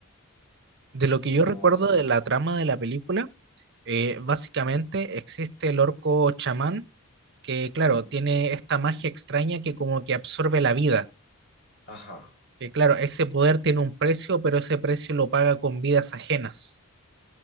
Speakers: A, on the right (about 50°); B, on the left (about 50°).
A: De lo que
B: pero
A: yo recuerdo
B: no, no sé.
A: de la trama de la película, eh, básicamente existe el orco chamán que
B: Ujú.
A: claro, tiene esta magia extraña que como que absorbe la vida,
B: Ajá.
A: que claro, ese poder tiene un precio, pero ese precio lo paga con vidas ajenas.